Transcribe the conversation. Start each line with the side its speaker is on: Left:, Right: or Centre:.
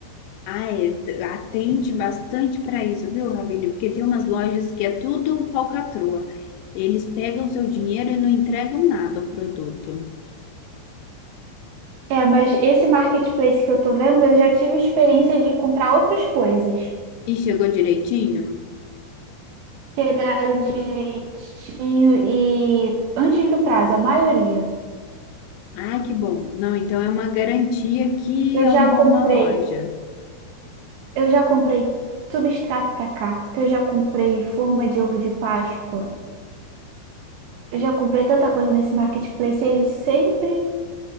Left: Ah, é, d- atente bastante para isso, viu, Rabine? Porque tem umas lojas que é tudo falcatrua. Eles pegam seu dinheiro e não entregam nada ao produto.
Right: É, mas esse marketplace que eu tô vendo, eu já tive experiência de comprar outras coisas.
Left: E chegou direitinho?
Right: Chegaram direitinho e antes do prazo, a maioria.
Left: Ah, que bom. Não, então é uma garantia que
Right: Eu
Left: é
Right: já
Left: um bom
Right: comprei,
Left: uma loja.
Right: eu já comprei substrato para cacto, eu já comprei forma de ovo de Páscoa, eu já comprei tanta coisa nesse marketplace, eles sempre